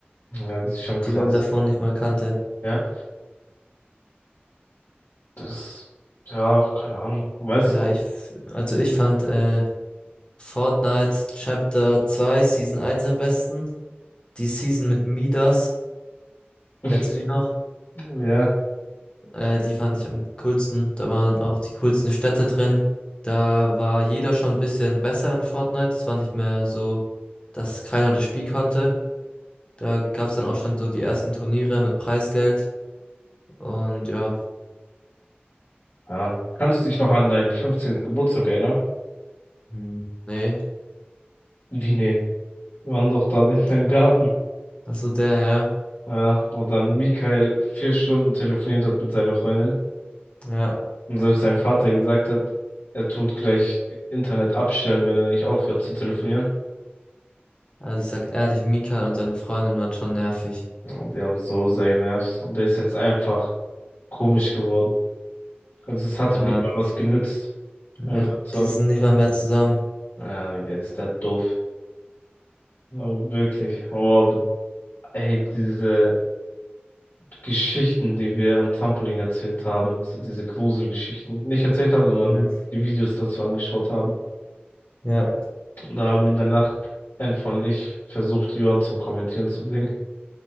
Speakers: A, on the left; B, on the left.
A: Ja, das ist schon krass.
B: die man davor nicht mal kannte.
A: Ja, das, ja, keine Ahnung. Weißt
B: Ja,
A: du noch?
B: ich, f- also ich fand, äh, Fortnite Chapter 2 Season eins am besten. Die Season mit Midas,
A: <laughs>
B: kennst du die noch?
A: Ja,
B: Äh, die fand ich am coolsten. Da waren auch die coolsten Städte drin. Da war jeder schon ein bisschen besser in Fortnite. Es war nicht mehr so, dass keiner das Spiel konnte. Da gab es dann auch schon so die ersten Turniere mit Preisgeld. Und ja,
A: ja. Kannst du dich noch an deinen 15. Geburtstag erinnern?
B: hm, nee.
A: Wie, nee? Wir waren doch da in
B: Also,
A: deinem Garten.
B: also der, ja.
A: Ja, wo dann Mikael vier Stunden telefoniert hat mit seiner Freundin
B: Ja.
A: und selbst sein Vater gesagt hat, er tut gleich Internet abstellen, wenn er nicht aufhört zu telefonieren.
B: Also ich sag ehrlich, Mika und seine Freundin waren schon nervig.
A: Und die haben so sehr genervt und der ist jetzt einfach komisch geworden. Also es hat
B: Ja,
A: ihm nicht mal was genützt,
B: ja,
A: meine Freunde zu
B: die
A: haben.
B: sind nicht mal mehr zusammen.
A: Ja, Digga, ist der doof. Ja, wirklich. Oh, aber ey, diese Geschichten, die wir am Trampolin erzählt haben, so diese Gruselgeschichten, nicht erzählt haben, sondern
B: Mhm.
A: die Videos dazu angeschaut haben.
B: Ja,
A: Da haben in der Nacht Enf und ich versucht, Jörn zum Kommentieren zu bringen.